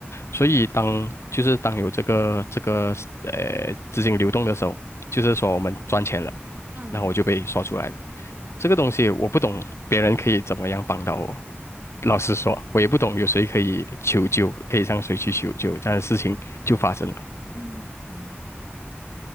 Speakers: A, on the left; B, on the right.
A: 所以当就是当有这个这个呃资金流动的时候，就是说我们赚钱了。
B: 嗯
A: 然后我就被刷出来了。这个东西我不懂，别人可以怎么样帮到我？老实说，我也不懂有谁可以求救，可以向谁去求救，这样的事情就发生了
B: 嗯嗯。